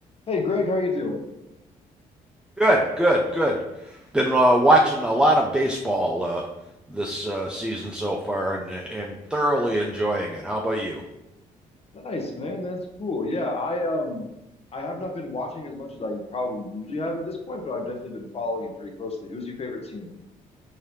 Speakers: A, on the left; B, in the centre.
A: Hey Greg, how you doing?
B: Good, good, good. Been uh, watching a
A: Good.
B: lot of baseball uh, this uh, season so far, and and thoroughly enjoying it. How about you?
A: Nice, man. That's cool. Yeah, I um I have not been watching as much as I probably usually have at this point, but I've definitely been following it pretty closely. Who's your favorite team?